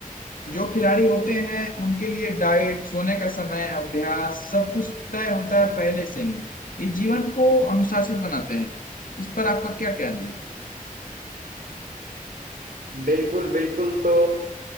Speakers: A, on the left; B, on the right.
A: जो खिलाड़ी होते हैं उनके लिए डाइट सोने का समय अभ्यास सब कुछ तय होता है पहले से ही ये जीवन को अनुशासित बनाते हैं इस पर आपका क्या कहना है
B: बिल्कुल बिल्कुल तो